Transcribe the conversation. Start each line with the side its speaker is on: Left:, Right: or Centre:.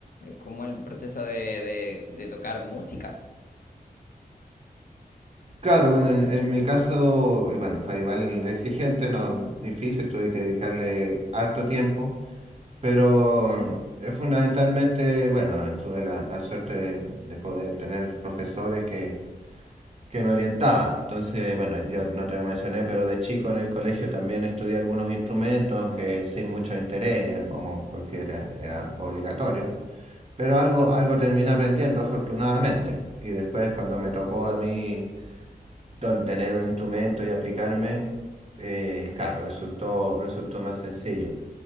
Left: cómo es el proceso de, de- de tocar música.
Right: Claro, bueno, en, en mi caso, eh, bueno, fue igual el exigente, no difícil, tuve que dedicarle harto tiempo, pero mm, eh, fundamentalmente, bueno, tuve la, la suerte de, de poder tener profesores que, que me orientaban. Entonces, bueno, yo no te lo mencioné, pero de chico en el colegio también estudié algunos instrumentos, aunque sin mucho interés, era como porque era, era obligatorio. Pero algo, algo terminé aprendiendo afortunadamente. Y después cuando me tocó a mí don, tener un instrumento y aplicarme, eh, claro, resultó, resultó más sencillo.